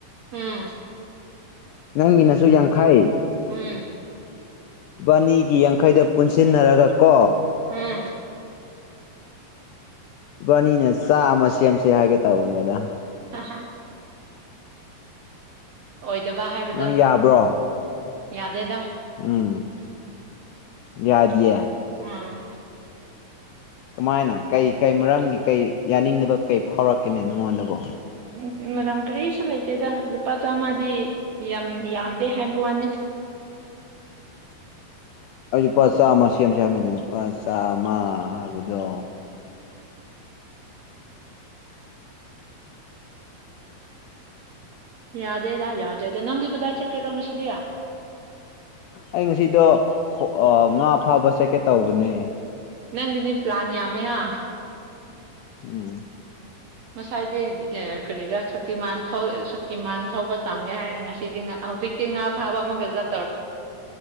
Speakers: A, on the right; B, on the left.
A: ꯎꯝ
B: ꯅꯪꯒꯤꯅꯁꯨ ꯌꯥꯡꯈꯩ
A: ꯎꯝ
B: ꯕꯥꯅꯤꯒꯤ ꯌꯥꯡꯈꯩꯗ ꯄꯨꯟꯁꯤꯟꯅꯔꯒ ꯀꯣ
A: ꯎꯝ
B: ꯏꯕꯥꯅꯤꯅ ꯆꯥ ꯑꯃ ꯁꯦꯝꯁꯦ ꯍꯥꯏꯒꯦ ꯇꯧꯕꯅꯦꯗ
A: ꯑꯍꯥ ꯑꯣꯏꯗꯕ ꯍꯥꯏꯕꯗꯣ
B: ꯅꯪ ꯌꯥꯕ꯭ꯔꯣ
A: ꯌꯥꯗꯦꯗ
B: ꯎꯝ ꯌꯥꯗꯦ
A: ꯑꯥ
B: ꯀꯃꯥꯏꯅ ꯀꯩ ꯀꯩ ꯃꯔꯝꯒꯤ ꯀꯩ ꯌꯥꯅꯤꯡꯗꯕ ꯀꯩ ꯐꯥꯎꯔꯛꯀꯅꯤ ꯅꯉꯣꯟꯗꯕꯨꯣ
A: ꯎꯝ ꯃꯦꯗꯥꯝ ꯀꯔꯤꯁꯨ ꯂꯩꯇꯦꯗ ꯂꯨꯄꯥ ꯆꯥꯝꯃꯥꯗꯤ ꯌꯥꯝ ꯌꯥꯝꯗꯦ ꯍꯥꯏꯕ ꯋꯥꯅꯤ <inaudible>
B: ꯑꯩ ꯂꯨꯄꯥ ꯆꯥꯝꯃ ꯁꯦꯝꯁꯦ ꯍꯥꯏꯕꯅꯤꯗ ꯂꯨꯄꯥ ꯆꯥꯝꯃ ꯍꯥꯏꯕꯗꯣ
A: ꯌꯥꯗꯦꯗ ꯌꯥꯗꯦꯗ ꯅꯪꯗꯤ ꯀꯗꯥꯏ ꯆꯠꯀꯦꯔꯣ ꯉꯁꯤꯒꯦ
B: ꯑꯩ ꯉꯁꯤꯗꯣ ꯉꯥ ꯐꯥꯕ ꯆꯠꯀꯦ ꯇꯧꯕꯅꯦ
A: ꯅꯪꯗꯤ ꯄ꯭ꯂꯥꯟ ꯌꯥꯃꯌꯥꯥ
B: ꯎꯝ
A: ꯉꯁꯥꯏꯗꯤ ꯀꯔꯤꯗ ꯁꯛꯇꯤꯃꯥꯟ ꯁꯛꯇꯤꯃꯥꯟ ꯊꯧꯕ ꯇꯝꯒꯦ ꯍꯥꯏꯔꯒ ꯉꯁꯤꯗꯤ ꯑꯍ ꯄꯤꯛꯇꯦ ꯉꯥ ꯐꯥꯕ ꯑꯃꯨꯒꯖꯠ